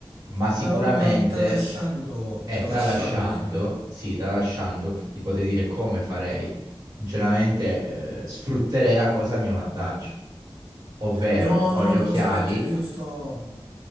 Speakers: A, on the right; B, on the right.
A: ma sicuramente,
B: No, vabbè, ma tralasciando,
A: eh,
B: tralasciando
A: tralasciando,
B: il,
A: sì, tralasciando, ti potrei dire come farei. Sinceramente, eh, sfrutterei la cosa a mio vantaggio, ovvero
B: No,
A: ho
B: no,
A: gli occhiali,
B: no, aspetta, io non sto,